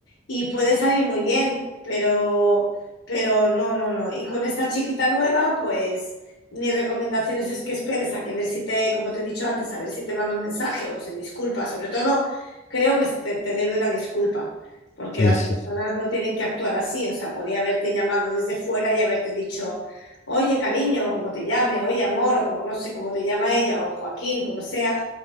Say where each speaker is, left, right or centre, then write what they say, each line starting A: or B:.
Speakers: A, on the left; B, on the left.
A: y puede salir muy bien, pero, pero no, no, no. Y con esta chiquita nueva, pues mi recomendación es, es que esperes a que ver si te, como te he dicho antes, a ver si te manda un mensaje o se disculpa. Sobre todo, creo que te, te debe una disculpa, porque
B: Sí,
A: las
B: sí,
A: personas
B: sí.
A: no tienen que actuar así, o sea, podía haberte llamado desde fuera y haberte dicho oye cariño, o como te llame, oye amor, o como no sé cómo te llama ella, o Joaquín, como sea,